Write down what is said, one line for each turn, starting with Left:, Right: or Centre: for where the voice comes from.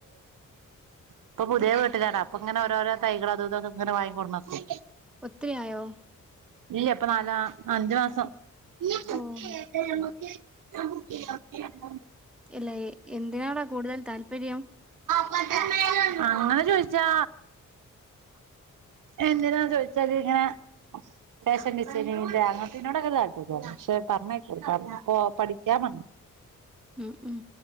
Right: ഇപ്പൊ പുതിയ വീട്ടിലാടാ അപ്പോ ഇങ്ങനെ ഓരോരോ തൈകൾ അതും ഇതൊക്കെ ഇങ്ങനെ വാങ്ങി കൊടുന്നക്കും
Centre: ഒത്തിരി ആയോ
Right: ഇല്ല്യ ഇപ്പൊ നാലാ ആ അഞ്ചു മാസം <unintelligible>
Centre: ഓ ഇല്ല എന്തിനാടാ കൂടുതൽ താല്പര്യം
Right: അങ്ങനെ ചോദിച്ചാ എന്തിനാ ചോയ്ച്ചാല്ങ്ങനെ ഫാഷൻ ഡിസൈനിങ്ങിന്റെ അങ്ങൻത്തേനൊടൊക്കെ താൽപര്യാണ് പക്ഷെ പറഞ്ഞേക്കൂല <unintelligible> പ്പോ പഠിക്കാ <unintelligible>
Centre: ഉം ഉം